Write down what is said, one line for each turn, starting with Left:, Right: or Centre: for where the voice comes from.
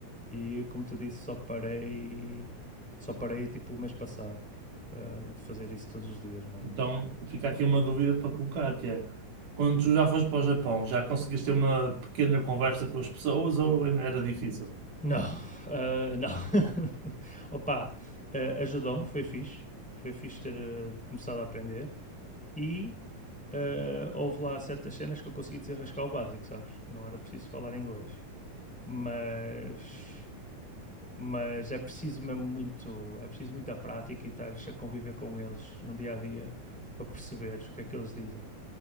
Centre: e, como te disse, só parei, só parei tipo o mês passado eh, de fazer isso todos os dias mesmo.
Right: Então fica aqui uma dúvida para colocar, que é, quando tu já foste para o Japão, já conseguiste ter uma pequena conversa com as pessoas ou ainda era difícil?
Centre: Não, ah, não. <laughs> Opa, ah, ajudou-me, foi fixe. Foi fixe ter ah, começado a aprender. E ah, houve lá certas cenas que eu consegui desenrascar o básico, sabes? Não era preciso falar inglês. Mas, mas é preciso mesmo muito, é preciso muita prática e estar a conviver com eles no dia a dia para perceberes o que é que eles dizem.